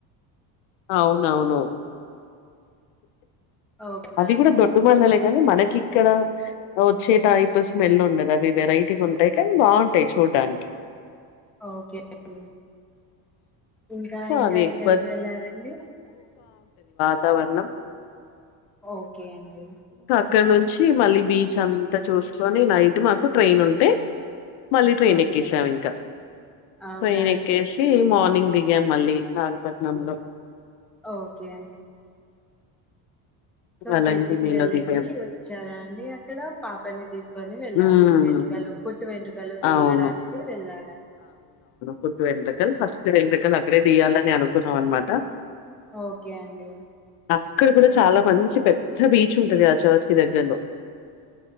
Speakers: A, on the left; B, in the centre.
A: అవునావునువు
B: ఓకేనా
A: అవి కూడా దొట్టు మనలే
B: ఆ,
A: కానీ మనకి ఇక్కడ వచ్చే టైప్ స్మెల్ ఉండది అవి వెరైటీగా ఉంటాయి కానీ బాగుంటాయి చూడ్డానికి
B: ఓకే అం ఇంకా
A: సో
B: ఇంకా
A: అవి ఎక్కువ
B: ఎక్కడికి వెళ్ళారంండి
A: వతావరణం
B: ఓకే అండి
A: ఇక్కడ నుంచి మళ్ళీ బీచ్ అంతా చూసుకొని నైట్ మాకు ట్రైన్ ఉంటే మళ్ళీ ట్రైన్
B: ఓకే
A: ఎక్కేసాం
B: అండి
A: ఇంకా
B: అవునా
A: ట్రైన్ ఎక్కేసి
B: అండి
A: మార్నింగ్ దిగా మళ్ళీ నాగపట్నంలో
B: ఓకే అ సో
A: వలంగినిలో
B: చర్చికి వెళ్ళేసి
A: దిగాం.
B: వచ్చారా అండి అక్కడ పాపన్ని తీసుకు కొని వెళ్లారు
A: హ్మ్.
B: వెంట్రుకలు పుట్టు వెంట్రుకలు తీయడానికి
A: అవును.
B: వెళ్లారనమాట
A: పుట్టుంట్రక ఫస్ట్ సరే ఎందుకలు అక్కడే తీయాలని అనుకున్నాం అనమాట
B: ఓకే అండి
A: ఇక్కడ కూడా చాలా మంచి పెద్ద బీచ్ చ్ ఉంటది చర్చ్ దగ్గర్లో